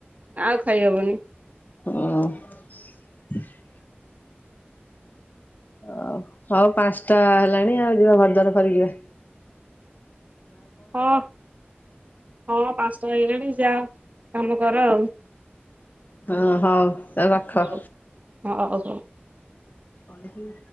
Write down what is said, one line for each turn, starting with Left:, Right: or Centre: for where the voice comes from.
Right: ଆଉ ଖାଇ ହବନି।
Left: ହ। ଓ ହଉ ପାଞ୍ଚଟା ହେଲାଣି ଆଉ ଯିବା ଘର ଦୁଆର ଫରକିବା ।
Right: ହଁ ହଁ ପାଞ୍ଚ ଟା ହେଇଗଲଣି ଯା। କାମ କର ଆଉ।
Left: ହଁ ହଉ। ରଖ।
Right: ହଉ ହ <unintelligible> ହ <inaudible>
Left: ଅନକି <inaudible>